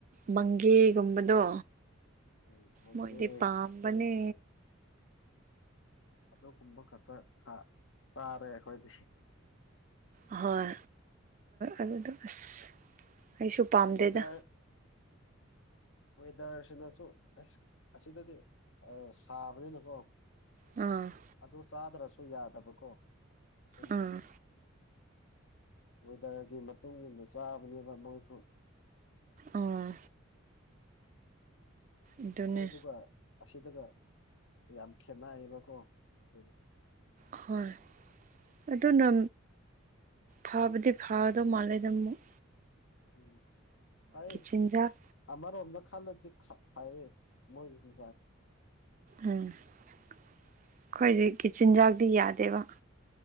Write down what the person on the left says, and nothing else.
ꯎꯝ ꯅꯪꯗꯤ
ꯑ ꯑꯗꯨꯒꯨꯝꯕ ꯈꯛꯇ ꯆꯥꯔꯦ ꯑꯩꯈꯣꯏꯗꯤ
ꯋꯦꯗꯔ ꯋꯦꯗꯔꯁꯤꯅꯁꯨ ꯑꯁ ꯑꯁꯤꯗꯗꯤ ꯁꯥꯕꯅꯤꯅꯀꯣ
ꯑꯗꯨ ꯆꯥꯗ꯭ꯔꯁꯨ ꯌꯥꯗꯕꯀꯣ ꯑꯗꯨ
ꯋꯦꯗꯔꯒꯤ ꯃꯇꯨꯡ ꯏꯟꯅ ꯆꯥꯕꯅꯦꯕ ꯃꯣꯏꯁꯨ
ꯑꯩꯈꯣꯏꯗꯨꯒ ꯑꯁꯤꯗꯨꯒ ꯌꯥꯝ ꯈꯦꯠꯅꯩꯌꯦꯕꯀꯣ ꯑꯗꯨꯒꯤ
ꯎꯝ ꯇꯥꯏꯌꯦ
ꯑꯃꯔꯣꯝꯗ ꯈꯜꯂꯗꯤ ꯐꯩꯌꯦ ꯃꯣꯏꯒꯤꯁꯨ